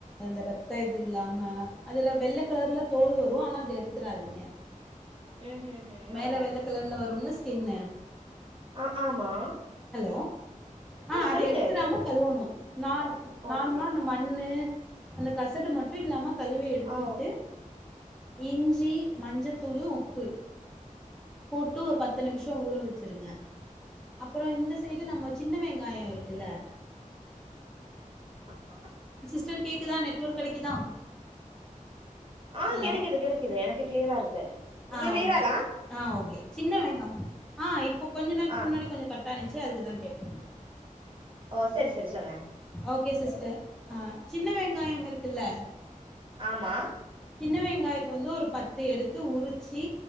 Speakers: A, in the centre; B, on the right.
A: அந்த ரத்த இது இல்லாம அதுல வெள்ள கலர்ல தோல் வரூ ஆனா அத எடுத்துடாதீங்க
B: ம் ம் ம்
A: மேல
B: ஓ
A: வெள்ள கலர்ல வரும்ல ஸ்கின்னு
B: அ ஆமா
A: ஹலோ ஆ அத
B: சொல்லுங்க
A: எடுத்துராம
B: கேக்குது
A: கழுவணோ நா நார்மலா
B: ஓகே
A: அந்த மட் ண்ணு அந்த கசடு மட்டு இல்லாம கழுவி எடுத்துட்டு
B: ஆ ஓ
A: இஞ்சி மஞ்சத்தூளு உப்பு போட்டு ஒரு பத்து நிமிஷ ஊற வச்சிருங்க அப்பறோ இந்த சைடு நம்ம சின்ன வெங்காய இருக்குல்ல
B: <unintelligible>
A: சிஸ்டர் கேக்கு தா நெட்ஒர்க் கெடைக்குதா
B: ஆ
A: ஹலோ
B: கிடக்கிது கிடக்கிது எனக்கு க்ளியரா இருக்கு உங்களுக்கு
A: ஆ
B: கிளியரா
A: ஓகே
B: இருக்கா
A: ஆ ஓகே சின்ன வெங்கா ஆ இப்போ கொஞ்ச நேரத்துக்கு
B: ஆ
A: முன்னாடி கொஞ்ச கட் டாணிச்சு அதுக்குதா கேட்ட
B: ஓ சரி சரி சொல்லங்க
A: ஓகே ஆ சின்ன வெங்காயம் இருக்குல்ல
B: ஆமா
A: சின்ன வெங்காயத்த வந்து ஒரு பத்து எடுத்து உரிச்சு